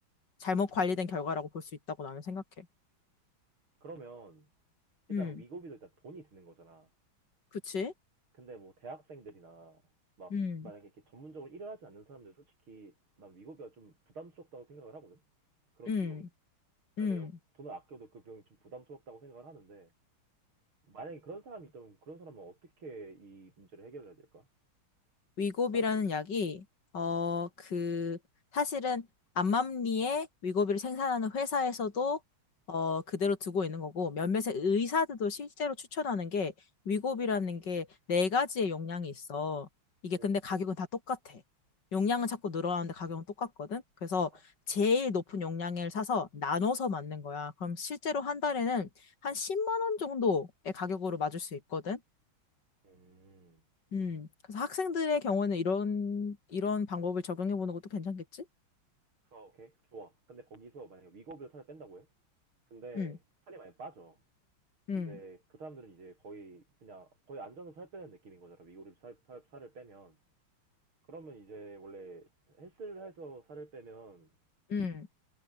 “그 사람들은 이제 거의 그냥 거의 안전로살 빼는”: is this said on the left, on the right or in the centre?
Right